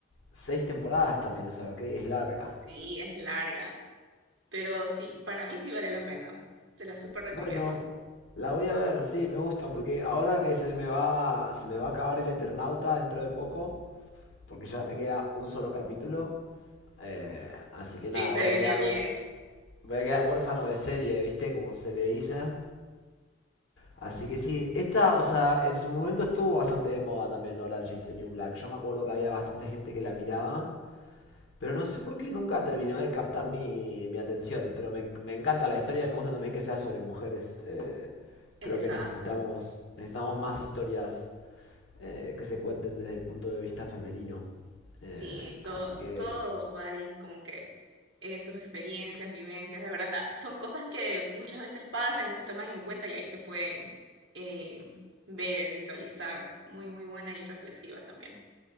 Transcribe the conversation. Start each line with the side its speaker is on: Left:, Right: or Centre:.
Left: seis temporadas también, o sea, ok, es larga.
Right: Sí, es larga, pero sí, para mí sí vale la pena. Te la súper recomiendo.
Left: Bueno, la voy a ver, sí, me gusta, porque ahora que se me va, se me va a acabar el Eternauta dentro de poco, porque ya me queda un solo capítulo, eh, así que nada,
Right: Sí, te
Left: voy
Right: viene
Left: a quedar,
Right: bien.
Left: voy a quedar huérfano de serie, ¿viste? Como se le dice. Así que sí, esta, o sea, en su momento estuvo bastante de moda también Orange is the New Black. Yo me acuerdo que había bastante gente que la miraba, pero no sé por qué nunca terminó de captar mi, mi atención. Pero me, me encanta la historia y me gusta también que sea sobre mujeres. Eh, creo
Right: Exacto.
Left: que necesitamos, necesitamos más historias eh, que se cuenten desde el punto de vista femenino. Eh,
Right: Sí, todo,
Left: así que
Right: todo va ahí como que eh, sus experiencias, vivencias, de verdad, son cosas que muchas veces pasan y no se toman en cuenta y ahí se pueden eh, ver, visualizar. Muy, muy buena y reflexiva también.